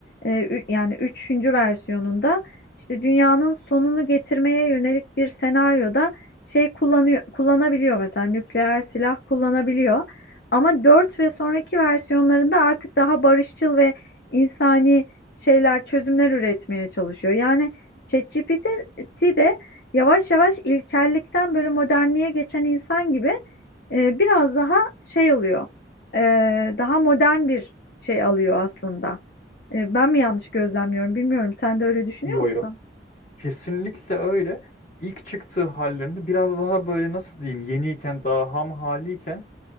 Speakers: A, on the left (about 60°); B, on the left (about 45°).
A: e, ü- yani üçüncü versiyonunda işte dünyanın sonunu getirmeye yönelik bir senaryoda şey kullanıyor kullanabiliyor mesela nükleer silah kullanabiliyor. Ama 4 ve sonraki versiyonlarında artık daha barışçıl ve insani şeyler çözümler üretmeye çalışıyor. Yani ChatGPT de yavaş yavaş ilkellikten böyle modernliğe geçen insan gibi e, biraz daha şey oluyor. E, daha modern bir şey alıyor aslında. E, ben mi yanlış gözlemliyorum bilmiyorum. Sen de öyle düşünüyor
B: Yo
A: musun?
B: yo. Kesinlikle öyle. İlk çıktığı hallerinde biraz daha böyle nasıl diyeyim yeniyken daha ham haliyken